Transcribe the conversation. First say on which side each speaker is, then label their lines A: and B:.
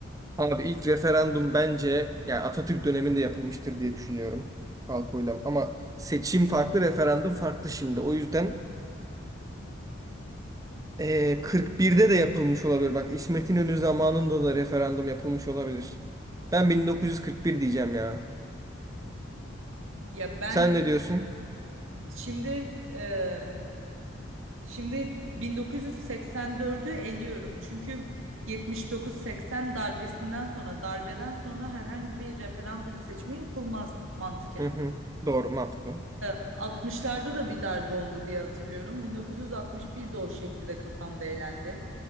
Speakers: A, on the right (about 15°); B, on the right (about 80°).
A: Abi ilk referandum bence yani Atatürk döneminde yapılmıştır diye düşünüyorum. Halk oylam. Ama seçim farklı, referandum farklı şimdi. O yüzden eee, 41'de de yapılmış olabilir. Bak İsmet İnönü zamanında da referandum yapılmış olabilir. Ben 1941 diyeceğim ya.
B: Ya ben
A: Sen ne diyorsun?
B: şimdi e, şimdi 1984'ü eliyorum. Çünkü 79-80 darbesinden sonra darbeden sonra herhangi bir referandum seçimi yapılmaz mantıken.
A: Hı hı. Doğru, mantıklı.
B: E, 60'larda da bir darbe oldu diye hatırlıyorum. 1961'de o şekilde kafamda elendi.